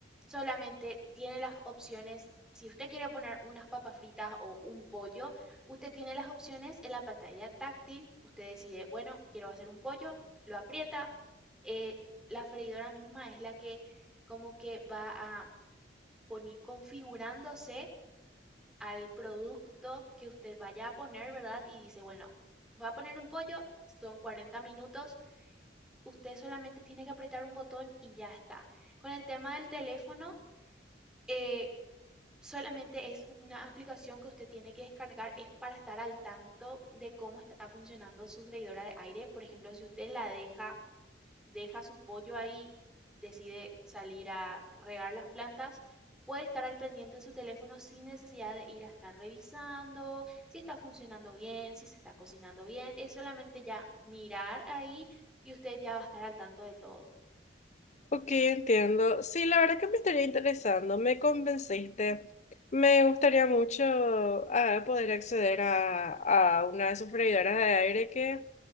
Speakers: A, in the centre; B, on the left (about 40°).
A: solamente tiene las opciones. Si usted quiere poner unas papas fritas o un pollo, usted tiene las opciones en la pantalla táctil. Usted decide, bueno, quiero hacer un pollo, lo aprieta. eh, la freidora misma es la que como que va a poni- configurándose al producto que usted vaya a poner, ¿verdad? Y dice, bueno, va a poner un pollo, son 40 minutos, usted solamente tiene que apretar un botón y ya está. Con el tema del teléfono, eh, solamente es una aplicación que usted tiene que descargar, es para estar al tanto de cómo está funcionando su freidora de aire. Por ejemplo, si usted la deja deja su pollo ahí, decide salir a regar las plantas, puede estar al pendiente en su teléfono sin necesidad de ir a estar revisando si está funcionando bien, si se está cocinando bien. Es solamente ya mirar ahí y usted ya va a estar al tanto de todo.
B: Ok, entiendo. Sí, la verdad que me estaría interesando, me convenciste. Me gustaría mucho ah, poder acceder a, a una de sus freidoras de aire que